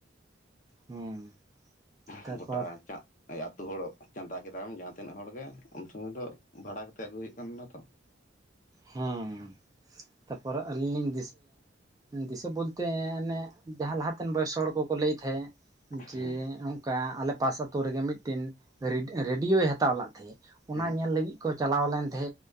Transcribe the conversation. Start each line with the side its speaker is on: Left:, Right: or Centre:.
Right: ᱦᱮᱸ ᱛᱟᱨᱯᱚᱨ
Left: ᱩᱱ ᱜᱚᱴᱟ ᱪᱟᱜ ᱟᱛᱳ ᱦᱚᱲ ᱪᱚᱸᱫᱟ ᱠᱮᱫᱟᱢ ᱡᱟᱦᱟᱸ ᱛᱤᱱᱟᱹᱜ ᱦᱚᱲ ᱜᱮ ᱩᱱ ᱥᱩᱚᱢᱚᱭ ᱫᱚ ᱵᱷᱟᱲᱟ ᱠᱟᱛᱮᱜ ᱟᱹᱜᱩᱭ ᱦᱩᱭᱩᱜ ᱠᱟᱱ ᱛᱟᱦᱮᱱᱟ ᱛᱚ ᱦ <inaudible>
Right: ᱦᱮᱸ ᱛᱟᱯᱚᱨ ᱟᱹᱞᱤᱧ ᱞᱤᱧ ᱫᱤᱥᱟᱹᱭᱟ ᱵᱚᱞᱛᱮ ᱚᱱᱮ ᱡᱟᱦᱟᱸ ᱞᱟᱦᱟᱛᱮᱱ ᱵᱚᱭᱚᱥ ᱦᱚᱲ ᱠᱚᱠᱚ ᱞᱟᱹᱭ ᱛᱟᱦᱮᱸᱫ ᱡᱮ
Left: ᱦᱮᱸ
Right: ᱚᱱᱠᱟ ᱟᱞᱮ ᱯᱟᱥ ᱟᱛᱳ ᱨᱮᱜᱮ ᱢᱤᱫᱴᱮᱱ ᱨᱮᱰᱤᱭᱳᱭ ᱦᱟᱛᱟᱣ ᱞᱟᱜ ᱛᱟᱦᱮᱸ ᱚᱱᱟ
Left: ᱦᱮᱸ
Right: ᱧᱮᱞ ᱞᱟᱹᱜᱤᱫ ᱠᱚ ᱪᱟᱞᱟᱣ ᱞᱮᱱᱟ ᱛᱟᱦᱮᱸᱫ